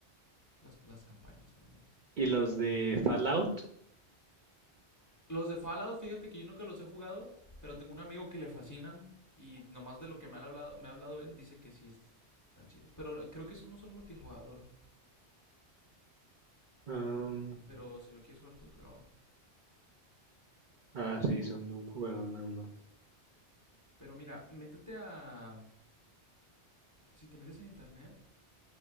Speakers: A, on the left (about 15°); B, on the right (about 50°).
A: las, las campañas también.
B: Y los de Fallout.
A: Los de Fallout, fíjate que yo nunca los he jugado, pero tengo un amigo que le fascinan y nomás de lo que me ha hablado, me ha hablado él, dice que sí es- están chidos. Pero creo que esos no son multijugador.
B: am,
A: Pero si lo quieres jugar tú, creo.
B: ah, sí, son de un jugador nada más.
A: Pero mira, métete a. Si te metes en internet,